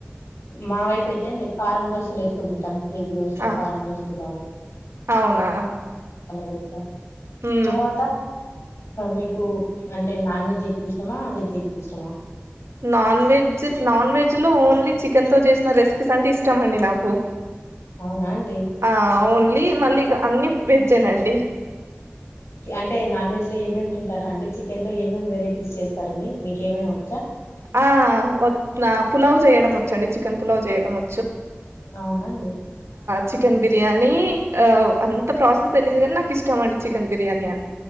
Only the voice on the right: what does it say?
ఆ
అవునా
ఉమ్
నాన్ వెజ్, నాన్ వెజ్ లో ఓన్లీ చికెన్ తో చేసిన రెసిపీస్ అంటే ఇష్టమండి నాకు.
ఆ ఓన్లీ మళ్ళీ అన్ని వెజేనండి.
ఆ వ పులావ్ చేయడం వచ్చండి, చికెన్ పులావ్ చేయడం వ
చికెన్ బిర్యానీ ఆ అంత ప్రాసెస్ తెలియదు కానీ నాకు ఇష్టం అండి చికెన్ బిర్యానీ అ